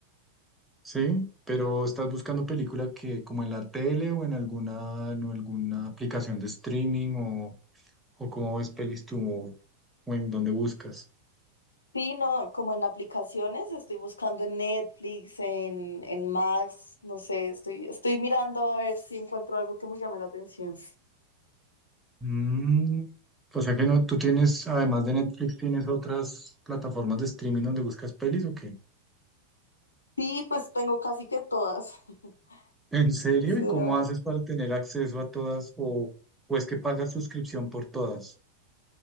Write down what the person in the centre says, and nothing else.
Sí, pero ¿estás buscando película que como en la tele o en alguna, en alguna aplicación de streaming o, o cómo ves pelis tú o, o en dónde buscas?
Mm, o sea que no, tú tienes, además de Netflix, ¿tienes otras plataformas de streaming donde buscas pelis o qué?
¿En serio?
¿Y cómo haces para tener acceso a todas o, o es que pagas suscripción por todas?